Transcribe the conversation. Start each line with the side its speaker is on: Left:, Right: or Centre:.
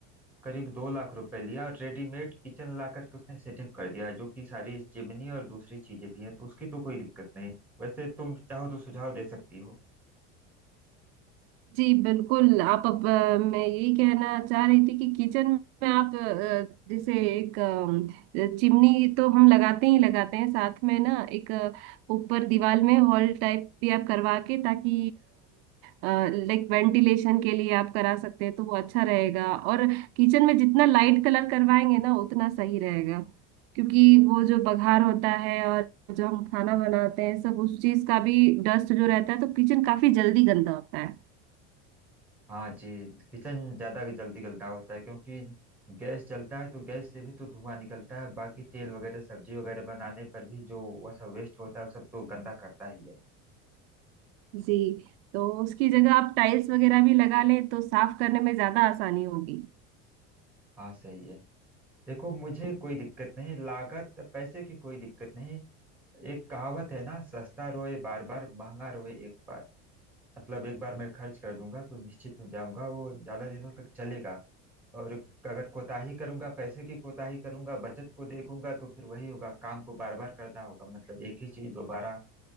Centre: करीब दो लाख रुपए लिया और रेडीमेड किचन ला करके उसने सेटअप कर दिया है, जो कि सारी चिमनी और दूसरी चीजें भी हैं तो उसकी तो कोई दिक्कत नहीं वैसे तुम चाहो तो सुझाव दे सकती हो।
Right: जी बिल्कुल आप अब अ, मैं यही कहना चाह रही थी कि किचन में आप अ, जैसे एक अ, चिमनी तो हम लगाते ही लगाते हैं साथ में ना एक अ, ऊपर दीवार में हॉल टाइप भी आप करवा के ताकि लाइक वेंटिलेशन के लिए आप करा सकते हैं तो वो अच्छा रहेगा और किचन में जितना लाइट कलर करवाएंगे ना उतना सही रहेगा क्योंकि वो जो बघार होता है और जो हम खाना बनाते हैं सब उस चीज का भी डस्ट जो रहता है तो किचन काफी जल्दी गंदा होता है
Centre: हाँ जी किचन ज्यादा जल्दी गलता होता है क्योंकि गैस जलता है तो गैस से भी तो धुआं निकलता है बाकी तेल वगैरह सब्जी वगैरह बनाने पर भी जो वह सब वेस्ट होता है वो सब तो गंदा करता ही है
Right: जी तो उसकी जगह आप टाइल्स वगैरह भी लगा लें तो साफ करने में ज्यादा आसानी होगी
Centre: हाँ सही है देखो मुझे कोई दिक्कत नहीं लागत पैसे की कोई दिक्कत नहीं एक कहावत है ना सस्ता रोए बार बार महंगा रोए एक बार मतलब एक बार मैं खर्च कर दूंगा तो निश्चित हो जाऊंगा वो ज्यादा दिनों तक चलेगा और अगर कोताही करूंगा पैसे की कोताही करूंगा बचत को देखूंगा तो फिर वही होगा काम को बार बार करना होगा मतलब एक ही चीज दोबारा